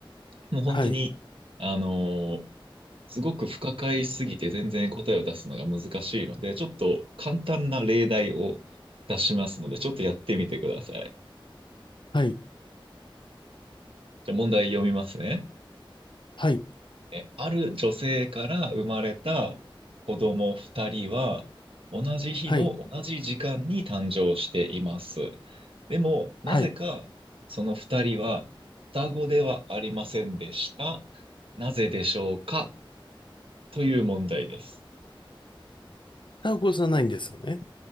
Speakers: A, on the right; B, on the left.
A: もう本当に、
B: はい。
A: あのーすごく不可解すぎて全然答えを出すのが難しいので、ちょっと簡単な例題を出しますので、ちょっとやってみてください。
B: はい。
A: じゃあ問題読みますね。
B: はい。
A: え、ある女性から生まれた子供2人は、同じ日の同じ時間に誕生しています。
B: はい。
A: でも、なぜかその2人は双子ではありませんでした。
B: はい。
A: なぜでしょうかという問題です。
B: タコじゃないんですよね。